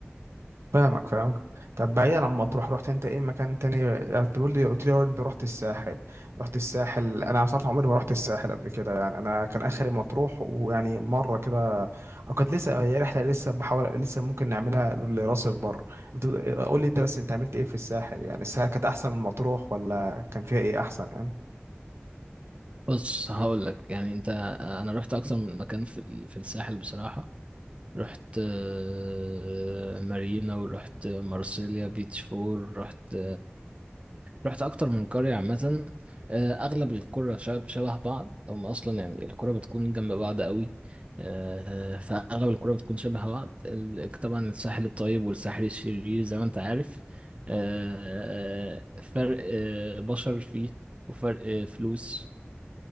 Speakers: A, on the right (about 85°); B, on the right (about 30°).
A: فاهمك فاهمك طب بعيدا عن مطروح رحت انت ايه مكان تاني يعني تقول لي قلت لي انت رحت الساحل رحت الساحل انا صراحه عمري ما رحت الساحل قبل كده يعني انا كان اخري مطروح ويعني مره كده وكانت لسه هي رحله لسه بحاول لسه ممكن نعملها لراس البر انت قول لي انت بس انت عملت ايه في الساحل يعني الساحل كانت احسن من مطروح ولا كان فيها ايه احسن يعني
B: بص هقول لك يعني انت انا رحت اكتر من مكان في ال- في الساحل بصراحه رحت آه، مارينا ورحت مارسيليا بيتش فور رحت رحت اكتر من قريه عامه آه، اغلب القرى شب- شبه بعض هم اصلا يعني القرى بتكون جنب بعض قوي آه، فاغلب القرى بتكون شبه بعض ال- طبعا الساحل الطيب والساحل الشرير زي ما انت عارف آه، فرق آه، بشر فيه وفرق آه، فلوس